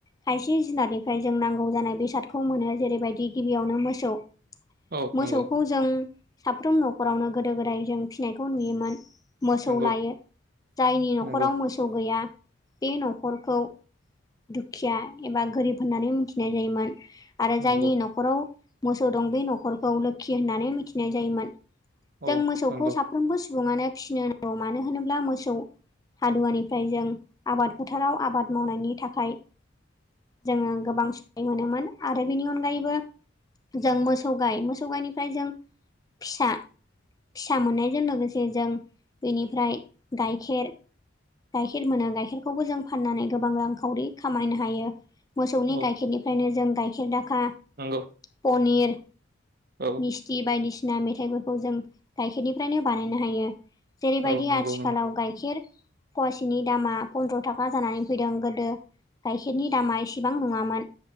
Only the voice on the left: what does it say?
खायसे जुनारनिफ्राय जों नांगौ जानाय बेसादखौ मोनो जेरैबायदि गिबियावनो मोसौ
मोसौखौ
जों साफ्रोम न'खरावनो गोदो गोदाय जों फिसिनायखौ नुयोमोन मोसौ
लायो जायनि न'खराव
मोसौ गैया बे न'खरखौ दुखिया एबा गोरिब होननानै मिथिनाय जायोमोन आरो
जायनि न'खराव मोसौ दं बे न'खरखौ लोखि होननानै मिथिनाय जायोमोन
जों मोसौखौ
साफ्रोमबो सुबुङानो फिसिनो नांगौ मानो होनोब्ला मोसौ हालुवानिफ्राय जों आबाद फोथाराव आबाद मावनायनि थाखाय जोङो गोबां साय मोनोमोन आरो बेनि अनगायैबो जों मोसौ गाय मोसौ गायनिफ्राय जों फिसा फिसा मोननायजों लोगोसे जों बेनिफ्राय गाइखेर गाइखेर मोनो गाइखेरखौबो जों फाननानै गोबां रांखावरि खामायनो हायो मोसौनि
गाइखेरनिफ्रायनो जों गाइखेर दाखा
पनिर
खस्थि बायदिसिना मेथाइफोरखौ जों गाइखेरनिफ्रायनो बानायनो हायो जेरैबायदि
आथिखालाव
गाइखेर फवासेनि दामा पन्द्र' थाखा जानानै फैदों गोदो गाइखेरनि दामा इसेबां नङामोन